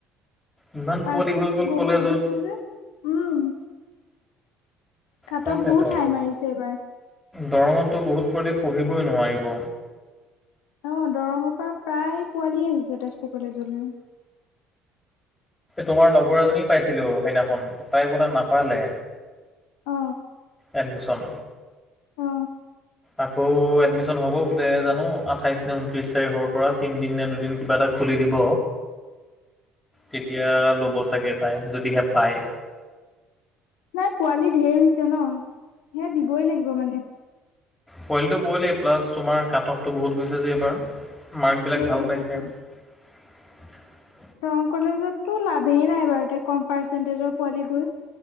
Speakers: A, on the left (about 15°); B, on the left (about 65°).
A: ইমান
B: পাৰ্চেণ্টেজ
A: পোৱালি হৈ গ'ল
B: বহুত
A: কলেজত
B: বেছি যে উম। কাটঅফ
A: তাকেতো
B: বহুত হাই মাৰিছে এইবাৰ।
A: দৰঙতো বহুত ছোৱালী পঢ়িবই নোৱাৰিব।
B: অ' দৰঙৰ পৰা প্ৰায় পোৱালি আহিছে তেজপুৰ। কলেজলে।
A: তোমাৰ লগৰ এজনী পাইছিলো সেইদিনাখন। তাই নাপালে।
B: অ
A: এডমিছন।
B: অ
A: আকৌ এডমিশ্যন হ'ব বোলে জানো আঠাইশ নে ঊনত্ৰিশ তাৰিখৰ পৰা তিনদিন নে দুদিন কিবা এটা খুলি দিব। তেতিয়া ল'ব চাগে তাই যদিহে পায়।
B: নাই পোৱালী ঢেৰ হৈছে ন? হে- দিবই লাগিব মানে।
A: পোৱলিটো পোৱালি প্লাছ তোমাৰ কাট অফটো বহুত গৈছে যে এইবাৰ। মাৰ্কবিলাক
B: সেইটোৱে
A: ভাল পাইছে।
B: সেইটোৱে
A: <inaudible>
B: দৰং কলেজতটো লাভেই নাই বাৰু কম পাৰ্চেন্টেজৰ পোৱালি গৈ।